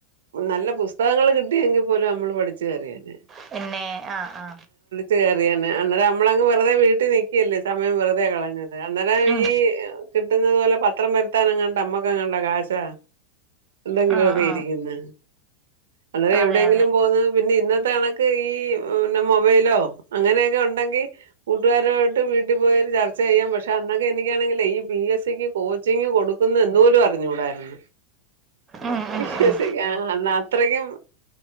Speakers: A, on the right (about 80°); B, on the right (about 25°).
A: നല്ല പുസ്തകങ്ങൾ കിട്ടിയെങ്കിൽ പോലെ നമ്മൾ പടിച്ചു കേറിയഞ്ഞേ
B: പിന്നെ ആ ആ
A: കയറിയ അന്നേരം നമ്മ അങ് വെറുെ വീട്ടിൽ നിക്കക്കിയല്ലേ സമയം വെറുതെ കളഞ്ഞു അന്നേരം
B: ഉം
A: ഈ കിട്ടുന്നത് പോലെ പത്രം വരുത്താൻ എങ്ങാണ്ട അമ്മക്കെ എങ്ങണ്ടാ കാശാ എന്തെങ്കിലുമോക്കെ
B: ആ ആ
A: ഇരിക്കുന്ന അന്നേര
B: അതെ
A: എവിടെയെങ്കിലും
B: അതെ
A: പോന്ന് പിന്നെ ഇന്നത്തെ ആണ ഈ പിന്നെ മൊബൈലോ അങ്ങനെയൊക്കെ ഉണ്ടെങ്കിൽ കൂട്ടുകാരോട്ട് വീട്ടിൽ പോയരു ചർച്ച ചെയ്യാം പക്ഷെ അന്നൊക്കെ എനിക്കാണെങ്കേ ഈ പി എസ് സിക്ക് കോച്ചിങ്ങ് കൊടുക്കുന്നു എന്ന് പോലും അറിഞ്ഞുകൂടാരുന്നു
B: ഉം ഉം
A: വിശ്വസിക്ക
B: ഉം
A: ആഹ് അത്രക്കും